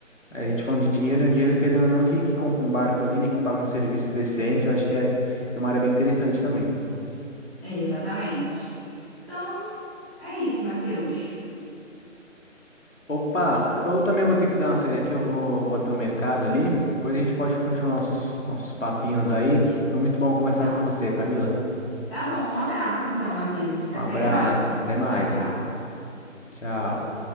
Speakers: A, on the left; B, in the centre.
A: é, a gente falando de dinheiro, né, o dinheiro, querendo ou não, que, que compra um barco ali, né, que paga um serviço decente, eu acho que é, que é uma área bem interessante também.
B: é, exatamente. Então, é isso, Matheus.
A: Opa, eu também vou ter que dar uma saída aqui, eu vou, vou até o mercado ali. Depois a gente pode continuar nossos, nossos papinhos aí, que foi muito bom conversar
B: Tá bom.
A: com você, Camila.
B: Tá bom, um abraço então, Matheus. Até
A: Um abraço,
B: mais.
A: até mais.
B: Tchau, tchau.
A: Tchau.